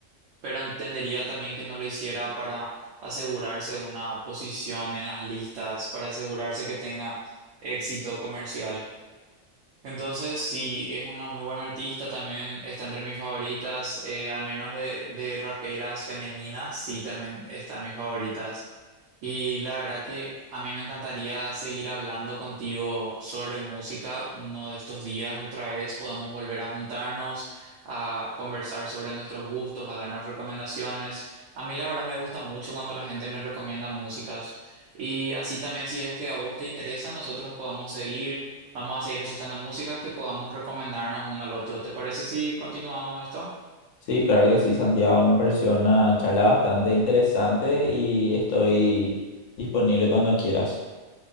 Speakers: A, on the right (about 80°); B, on the left (about 80°).
A: pero entendería también que no lo hiciera para asegurarse una posición en las listas, para asegurarse que tenga éxito comercial. Entonces, sí, es una muy buena artista, también está entre mis favoritas, eh, al menos de, de raperas femeninas, sí, también está en mis favoritas. Y la verdad que a mí me encantaría seguir hablando contigo sobre música uno de estos días otra vez, podemos volver a juntarnos, a conversar sobre nuestros gustos, a darnos recomendaciones. A mí la verdad me gusta mucho cuando la gente me recomienda músicas. Y así también si es que a vos te interesa, nosotros podemos seguir Vamos a seguir escuchando música que podamos recomendarnos uno al otro. ¿Te parece si continuamos esto?
B: Sí, claro que sí, Santiago, me pareció una charla bastante interesante y estoy disponible cuando quieras.